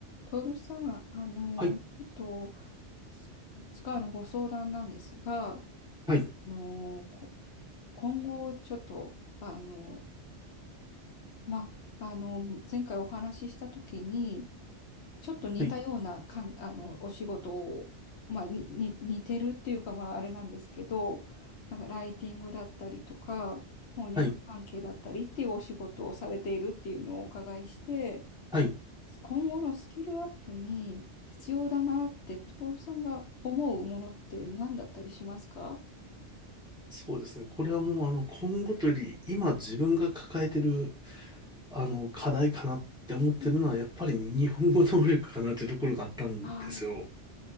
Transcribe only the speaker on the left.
トールさん、あの、
ちょっと、つつかのご相談なんですが、あ
の、こ今後、ちょっと、あの、ま、あの、前回お話ししたときに、ちょっと似たようなかん、
あの、お仕事を、まあ、に、に、似てるっていうか、まあ、あれなんですけど、なんか、ライティングだったりとか、翻訳関係だったりっていうお仕事をされているっていうのをお伺いして、
今後のスキルアップに必要だなって徹さんが思うものって何だったりしますか
うん
ああ、